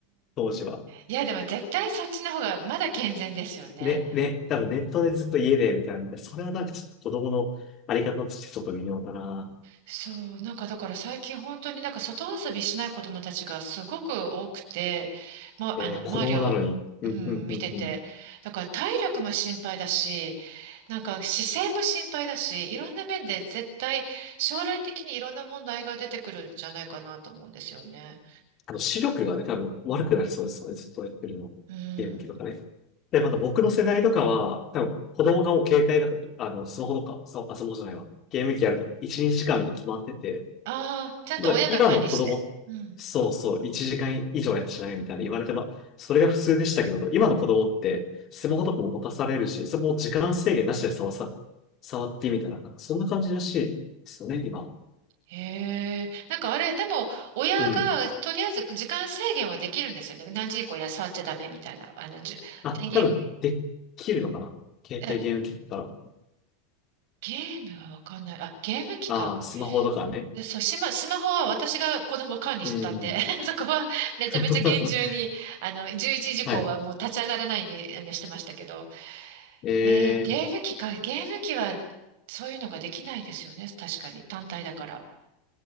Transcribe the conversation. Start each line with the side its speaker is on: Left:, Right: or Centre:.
Left: 当時は。
Right: いや、でも絶対そっちの方がまだ健全ですよね。
Left: ね、ね、多分ネットでずっと家で、みたいな。それはなんかちょっと子供のあり方としてちょっと微妙だな。
Right: そう。なんかだから最近本当になんか外遊びしない子供たちがすごく多くて、ま、
Left: えー子供なのに。
Right: あの、周りを、
Left: うん、
Right: うん、
Left: うん、
Right: 見てて。
Left: うん、うん。
Right: だから体力も心配だし、なんか姿勢も心配だし、いろんな面で絶対将来的にいろんな問題が出てくるんじゃないかなと思うんですよね。
Left: あの、視力がね、多分悪くなりそうですよね。ずっとやってるの。
Right: うん。
Left: ゲーム機とかね。で、また僕の世代とかは、多分子供がもう携帯とか、あの、スマホとか、スマホ、あスマホじゃないわ。ゲーム機やると1、2時間みたいに決まってて、
Right: ああちゃんと親が管理して。
Left: まだ今の子供、
Right: うん。
Left: そうそう、1時間以上やってしないみたいな言われてば、それが普通でしたけど、今の子供って、スマホとかも持たされるし、それも時間制限なしで触さ、触ってみたいな、そんな感じらしいですよね、今。
Right: へえ。なんかあれ、でも親がとりあえず時間制限はできるんですよね。
Left: うん。
Right: 何時以降や触っちゃダメみたいな。あの、じゅ、
Left: あ、
Right: 電源、
Left: 多分、できるのかな携帯ゲーム機だったら。
Right: え、ゲームはわかんない。あ、ゲーム機か。
Left: ああ、スマホとかね。
Right: でそう、しまスマホは私が子供を管理してたんで、
Left: うん。
Right: <laughs> そこはめちゃめちゃ厳重に、
Left: <laughs>
Right: あの、11時以降はもう立ち上がらないようにあのしてましたけど、
Left: はい。ええ
Right: えーゲーム機か、ゲーム機はそういうのができないですよね、確かに、単体だから。